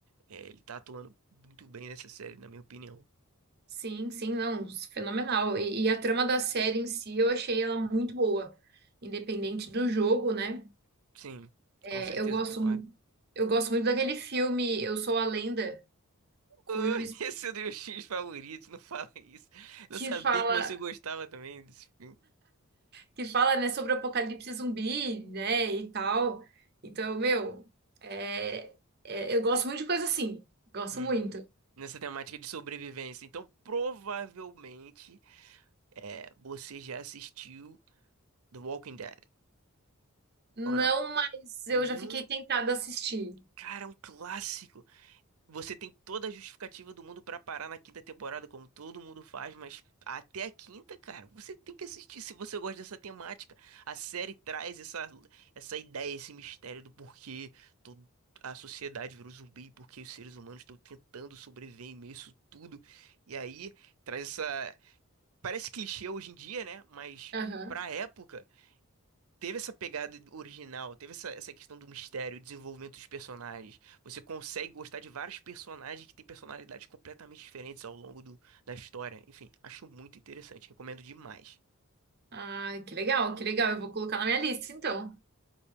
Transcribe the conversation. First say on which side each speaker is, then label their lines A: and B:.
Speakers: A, on the right; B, on the right.
A: É, ele tá atuando muito bem nessa série, na minha opinião.
B: sim, sim, não. Fenomenal. E, e a trama da série em si, eu achei ela muito boa. Independente do jogo, né?
A: Sim,
B: É,
A: com certeza,
B: eu gosto,
A: concordo.
B: eu gosto muito daquele filme Eu Sou a Lenda, com
A: Ui,
B: o Will Smith,
A: <laughs> Esse é o meu X favorito, não fala isso. Não
B: que
A: sabia
B: fala.
A: que você gostava também desse filme.
B: que fala, né, sobre o apocalipse zumbi, né, e tal. Então, meu, é, é, eu gosto muito de coisa assim. Gosto
A: Hum,
B: muito.
A: nessa temática de sobrevivência. Então, provavelmente. É, você já assistiu The Walking Dead,
B: Não,
A: ou não?
B: mas eu
A: Não,
B: já fiquei tentada a assistir.
A: cara, é um clássico. Você tem toda a justificativa do mundo pra parar na quinta temporada, como todo mundo faz, mas até a quinta, cara, você tem que assistir se você gosta dessa temática. A série traz essa, essa ideia, esse mistério do porquê todo- a sociedade virou zumbi, porque os seres humanos estão tentando sobreviver em meio a isso tudo. E aí traz essa. Parece clichê hoje em dia, né? Mas
B: Aham.
A: pra época. teve essa pegada original, teve essa, essa questão do mistério, desenvolvimento dos personagens. Você consegue gostar de vários personagens que têm personalidades completamente diferentes ao longo do, da história. Enfim, acho muito interessante, recomendo demais.
B: Ah, que legal, que legal. Eu vou colocar na minha lista, então.